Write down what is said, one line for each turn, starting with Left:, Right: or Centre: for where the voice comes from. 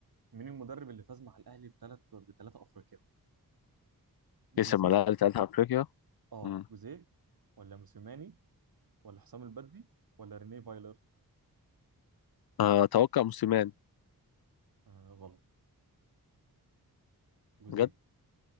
Right: مين المدرب اللي فاز مع الاهلي بثلاث بثلاثه افريقيا
Left: كسب
Right: جوزيه
Left: ملاعب بتاعت أفريقيا
Right: اه
Left: مم.
Right: جوزيه ولا موسيماني ولا حسام البدري ولا رينيه فايلر
Left: آه، أتوقع موسيماني
Right: آه غلط جوزيه
Left: جد